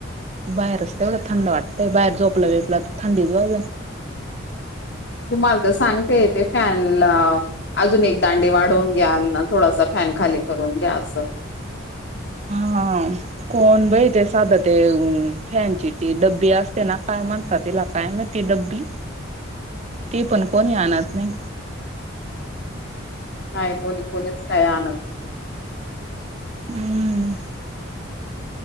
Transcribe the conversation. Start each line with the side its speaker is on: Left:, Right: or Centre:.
Right: बाहेरचते तेवढं थंड वाटतंय बाहेर झोपला वेपला तर थंडीच वाज
Left: तुम्हाला तर सांगते य तेे फॅनला अजून एक दांडी वाढवून घ्या थोडासा फॅन खाली करून घ्या असं.
Right: हा कोण ब ते साधं ते फॅनची ती डब्बी असते ना काय म्हणतात तिला काय मा. तेी ड्बी
Left: <inaudible>
Right: ती पण कोणी आण नाही
Left: काय कोणी कोणीच काय आणन
Right: हम्म